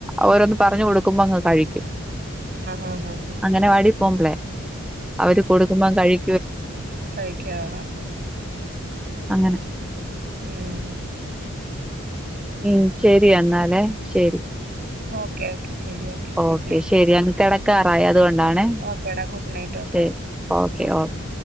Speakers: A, in the centre; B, on the right.
A: ഓരോന്ന് പറഞ്ഞു കൊടുക്കുമ്പോ അങ്ങ് കഴിക്കും
B: ആ
A: അംഗനവാടി പോംബളെ അവര് കൊടുക്കുമ്പം അങ്ങ് കഴി
B: കഴിക്കോ ആഹ് ആഹ്
A: അങ്ങനെ
B: ഉം
A: മ്മ് ശരി എന്നാലേ ശരി
B: ഓക്കെ ഓക്കെ ശരി ഓക്കെ ഗുഡ്
A: ഓക്കെ
B: നൈറ്റ്
A: ശരി അങ്ങ് കെടക്കാറായി അതുകൊണ്ടാണെ
B: ഓക്കേടാ ഗുഡ് നൈറ്റ് ഓക്കേടാ
A: ശരി ഓക്കെ ഓക്കെ